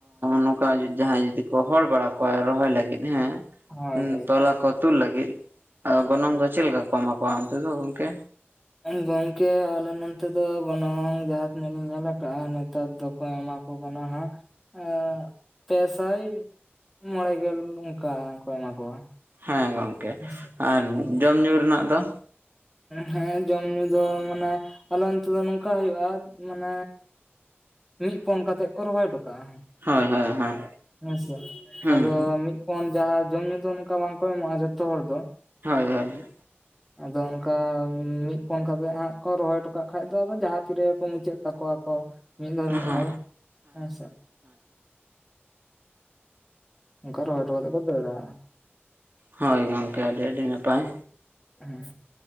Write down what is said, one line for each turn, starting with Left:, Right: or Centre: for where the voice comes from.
Right: ᱱᱚᱝᱠᱟ ᱡᱟᱦᱟᱸᱭ ᱡᱩᱫᱤ ᱠᱚ ᱦᱚᱲ ᱵᱟᱲᱟ ᱠᱚᱣᱟ ᱨᱚᱦᱚᱭ ᱞᱟᱹᱜᱤᱫ ᱦᱮᱸ,
Centre: ᱦᱳᱭ
Right: ᱦᱮᱸ
Centre: ᱦᱳᱭ
Right: ᱛᱚᱞᱟ ᱠᱚ ᱛᱩᱫ ᱞᱟᱹᱜᱤᱫ ᱟᱫᱚ ᱜᱚᱱᱚᱝ ᱫᱚ ᱪᱮᱫᱠᱟ ᱠᱚ ᱮᱢᱟ ᱠᱚᱣᱟ ᱚᱱᱛᱮ ᱫᱚ ᱜᱚᱝᱠᱮ?
Centre: ᱜᱚᱝᱠᱮ ᱟᱞᱮ ᱱᱚᱱᱛᱮ ᱫᱚ ᱜᱚᱱᱚᱝ ᱡᱟᱦᱟᱸ ᱛᱤᱱᱟᱹᱜ ᱤᱧ ᱧᱮᱞ ᱟᱠᱟᱜ ᱱᱮᱛᱟᱨ ᱫᱚ ᱠᱚ ᱮᱢᱟ ᱠᱚ ᱠᱟᱱᱟ ᱦᱟᱜ ᱮᱸ ᱯᱮᱥᱟᱭ᱾ ᱢᱚᱬᱮ ᱜᱮᱞ ᱚᱱᱠᱟ ᱠᱚ ᱮᱢᱟ ᱠᱚᱣᱟ᱾
Right: ᱦᱮᱸ ᱜᱚᱝᱠᱮ
Centre: ᱦᱮᱸᱥᱮ
Right: ᱟᱨ
Centre: ᱟᱫᱚ
Right: ᱡᱚᱢ ᱧᱩ ᱨᱮᱱᱟᱜ ᱫᱚ?
Centre: ᱦᱮᱸ ᱡᱚᱢ ᱧᱩ ᱫᱚ ᱢᱟᱱᱮ ᱟᱞᱮ ᱱᱚᱛᱮ ᱫᱚ ᱱᱚᱝᱠᱟ ᱦᱩᱭᱩᱜᱼᱟ ᱢᱟᱱᱮ ᱢᱤᱫ ᱯᱚᱱ ᱠᱟᱛᱮᱜ ᱠᱚ ᱨᱚᱦᱚᱭ ᱦᱚᱴᱚ ᱠᱟᱜᱼᱟ
Right: ᱦᱳᱭ ᱦᱳᱭ ᱦᱳᱭ
Centre: ᱦᱮᱸᱥ
Right: ᱦᱩᱸ
Centre: ᱟᱫᱚ ᱢᱤᱫ ᱯᱚᱱ ᱡᱟᱦᱟᱸ ᱡᱚᱢ ᱧᱩ ᱫᱚ ᱚᱱᱠᱟ ᱵᱟᱝᱠᱚ ᱮᱢᱚᱜᱼᱟ ᱡᱚᱛᱚ ᱦᱚᱲ ᱫᱚ,
Right: ᱦᱚᱭ ᱦᱚᱭ᱾
Centre: ᱟᱫᱚ ᱚᱱᱠᱟ ᱚᱱᱠᱟ ᱢᱤᱫ ᱯᱚᱱ ᱠᱟᱛᱮ ᱦᱟᱸᱜ ᱠᱚ ᱨᱚᱦᱚᱭ ᱦᱚᱴᱚ ᱠᱟᱜ ᱠᱷᱟᱱ ᱫᱚ ᱟᱫᱚ ᱡᱟᱦᱟᱸ ᱛᱤᱨᱮ ᱠᱚ ᱢᱩᱪᱟᱹᱫ ᱛᱟᱠᱚᱣᱟ ᱠᱚ ᱢᱤᱫ ᱦᱚᱲ ᱢᱤᱫ
Right: ᱦᱮᱸ ᱦᱮᱸ
Centre: ᱦᱚᱲ ᱦᱮᱸᱥ ᱦᱮᱸ ᱚᱱᱠᱟ ᱨᱚᱦᱚᱭ ᱦᱚᱴᱚ ᱠᱟᱛᱮ ᱠᱚ ᱫᱟᱹᱲᱟ᱾
Right: ᱦᱳᱭ ᱜᱚᱝᱠᱮ ᱟᱹᱰᱤ ᱟᱹᱰᱤ ᱱᱟᱯᱟᱭ᱾
Centre: ᱦᱮᱸ